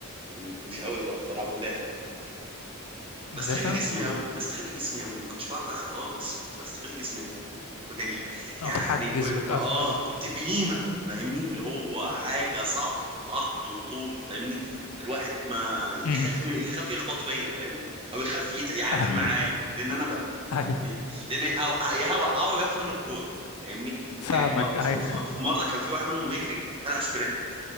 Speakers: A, on the right (about 25°); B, on the left (about 85°).
A: م- مش قوي برضه بلعب مدافع
B: مدافع
A: بستغل جسمي
B: امم
A: قوي بستغل جسمي قوي ما كنتش بعرف العب اه بس كنت بستغل جسمي كنت ال-
B: أو
A: يعني
B: تحجز
A: كنت
B: وتقفل
A: اه كنت بهيمة فاهمني اللي هو حاجة صعبة عرض وطول فاهمني الواحد ما يخاف
B: امم
A: ما يخاف يخبط فيا فاهم او يخاف يت- يعافر
B: أيوه
A: معايا لان انا ب... ب-
B: أيوه
A: يعني- لان هو... يا هوقعه وياخد من الكورة فاهمني
B: فاهمك
A: يعني في, م...
B: أيوه
A: في... في في مرة كان في واحد منهم بيجري انا سبرنت